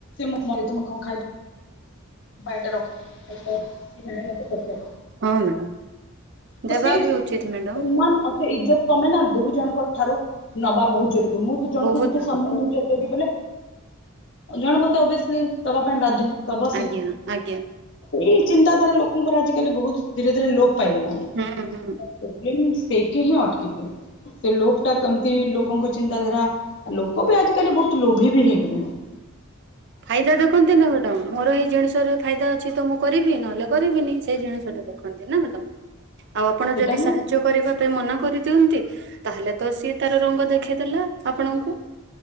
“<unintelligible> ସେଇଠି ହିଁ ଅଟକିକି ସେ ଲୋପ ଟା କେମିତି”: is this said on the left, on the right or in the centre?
Left